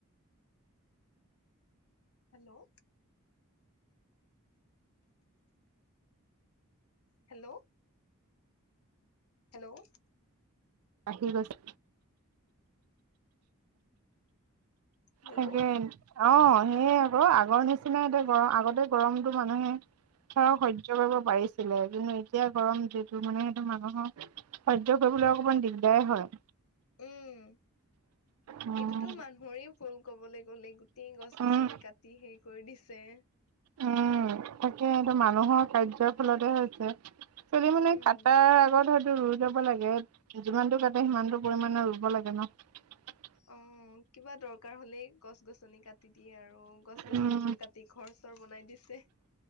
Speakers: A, on the left; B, on the right.
A: হেল্লো' হেল্লো' হেল্লো'
B: আহি গৈছে।
A: হেল্ল'।
B: তাকে অ' সেই আক আগৰ নিচিনা এ গৰম আগতে গৰমতটো মানুহে সেয়াও সহ্য কৰিব পাৰিছিলে কিন্তু এতিয়া গৰম যিটো মানে সেইটো মানুহক সহ্য কৰিবলৈ। অকমান দিগদাৰে হয়।
A: উম,
B: উম
A: এইটোতো মানুহৰে ভুল ক'বলৈ গ'লে, গোট টেই গছ-গছনি
B: উম
A: কাটি শেষ কৰি দিছে। <inaudible>
B: উম তাকে সেইটো মানুহৰ কাৰ্যৰ ফলতে হৈছে।
A: উম।
B: নি কাটাৰ আগত হয়তটো ৰুই লব লাগে। যিমানটো কাটা সিমানটো পৰিমানৰ ৰুব লাগে। <unintelligible>
A: অ', কিবা দৰকাৰ হ'লেই গছ গছ গছনি কাটি দিয়ে আৰু গছ গছনিবোৰ
B: উম
A: কাটি ঘৰ চৰ বনাই দিছে।